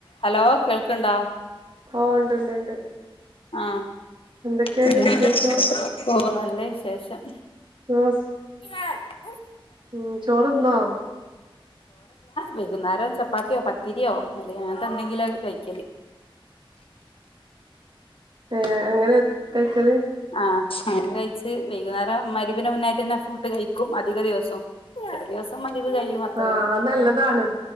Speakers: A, on the left; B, on the right.
A: Hello കേൾ ക്കണ്ട
B: ഓ ഉണ്ട് ഉണ്ട് ഉണ്ട്
A: ആ
B: എന്തൊക്കെയുണ്ട്
A: പി
B: വിശേഷം
A: ഓ നല്ല വിശേ ശേഷം
B: <unintelligible>
A: <unintelligible>
B: ഉ ചോറ്ന്നോ
A: വെകുന്നേരം ചപ്പാത്തിയോ പത്തിരിയോ അങ്ങനത്തെ എന്തങ്കില കഴിക്കല്
B: ഏ അങ്ങനെ കൈക്കല്
A: ആ അങ്ങനെ കഴി ച്ച് വൈകുന്നേരം മഗ്‌രിബ്ന് മുന്നായിട്ട് ഫുഡ് കഴിക്കും അധിക ദിവസം അ ദിവസം മഗ്‌രിബ് കഴും അത്രയാണ്
B: ആഹ് അത് നല്ലതാണ്